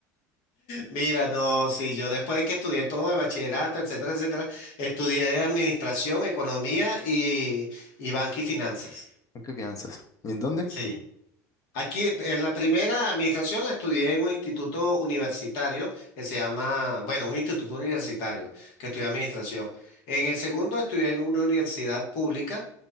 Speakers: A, on the left; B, on the left.
A: Mira, no, sí, yo después de que estudié todo el bachillerato, etcétera, etcétera, estudié administración, economía y, y banca y finanzas.
B: ¿Por ¿Qué piensas? ¿Y en dónde?
A: Sí. Aquí en la primera administración la estudié en un instituto universitario que se llama, bueno, un instituto universitario que estudié administración. En el segundo estudié en una universidad pública